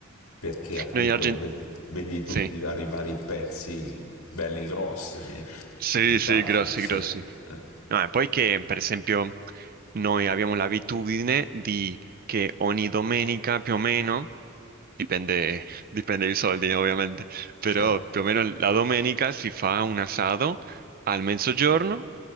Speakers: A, on the left; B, on the right.
A: perché appunto
B: Noi argentini,
A: vedi, vedi
B: sì,
A: tutti i vari, vari pezzi belli grossi di,
B: sì,
A: di carne,
B: sì, grossi,
A: sì.
B: grossi.
A: Eh,
B: No, e poi che, per esempio, noi abbiamo l'abitudine di che ogni domenica più o meno Dipende, dipende i soldi ovviamente, però
A: certo.
B: più o meno la domenica si fa un asado al mezzogiorno,